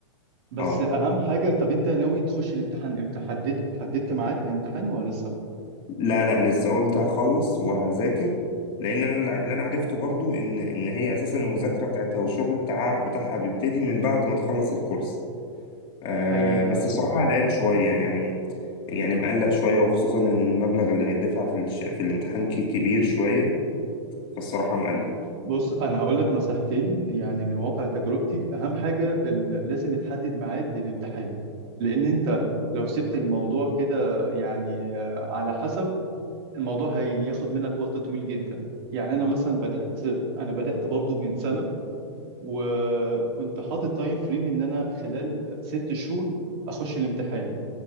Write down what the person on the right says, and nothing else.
بس
اهم حاجة طب انت ناوي تخش الامتحان امتى حدد حددت ميعاد الامتحان ولا لسه
حقيقي فعلا
بص انا هقول لك نصيحتين يعني من واقع تجربتي اهم حاجه ال- لازم تحدد ميعاد للامتحان لان انت لو سبت الموضوع كده يعني آه، على حسب الموضوع هياخد منك وقت طويل جدا يعني انا مثلا بدات انا بدات برضو من سنه وكنت حاطط تايم فريم ان انا خلال ست شهور اخش الامتحان